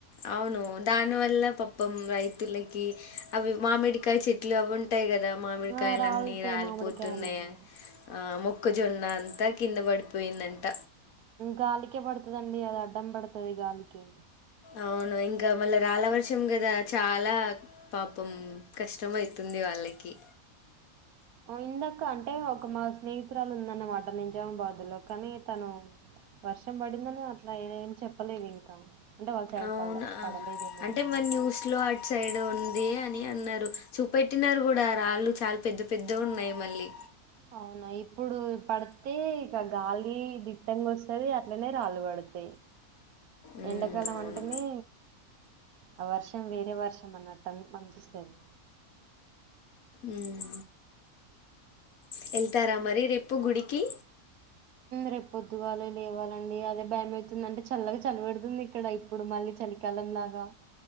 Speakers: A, on the left; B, on the right.
A: అవును దాని వల్ల పాపం రైతులకి అవి మామిడికాయ చెట్లు అవి ఉంటాయి కదా మామిడికాయలున్న
B: ఆ! రాలుతాయి
A: రాలిపోతున్నాయా
B: మామిడికాయలని.
A: ఆ మోక్కజొన్న అంతా కింద పడిపోయిందంట
B: గాలికే పడుతుదండి అది అడ్డం పడుతుది గాలికి
A: అవును ఇంకా మళ్ళా రాళ్ళ వర్షం కదా చాలా పాపం కష్టమ అవుతుంది వాళ్ళకి
B: ఇందాక అంటే ఒక మా స్నేహితురాలు ఉందన్నమాట నిజామాబాద్ లో కానీ తను వర్షం పడిందని అట్లా ఏద ఏమి చెప్పలేదు ఇంకా అంటే వాళ్ళ సైడ్
A: అవునా
B: పడలే పడలేదేమో
A: అంటే
B: మరి
A: మ
B: అని.
A: న్యూస్ లో అటు సైడ్ ఉ అదే అని అన్నారు చూపెట్టినారు కూడా రాళ్ళు చాలా పెద్ద పెద్ద ఉన్నాయి మళ్ళీ
B: అవునా ఇప్పుడు పడితే ఇక గాలి దిట్టంగా వస్తుది అట్లనే రాలు పడతాయి అతాయి
A: ఉమ్
B: ఎండాకాలం
A: అవును
B: అంటేనే ఆ వర్షం వేరే వర్షం అన్ని పంపిస్తాది
A: ఉమ్ వెళ్తారా మరి రేపు గుడికి
B: రేపు పొద్దుగా లేవాలండి అదే భయంమవుతుంది అంటే చల్లగా చలి పెెడుతుంది ఇక్కడ ఇప్పుడు మళ్ళీ చలి కాలంలాగా